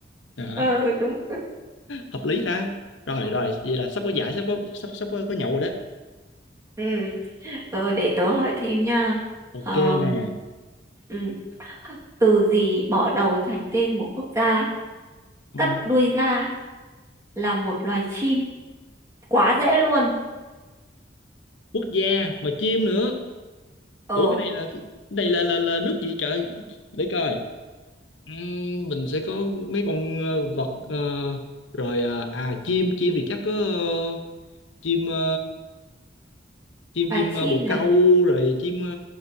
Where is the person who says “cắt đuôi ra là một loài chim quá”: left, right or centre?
Right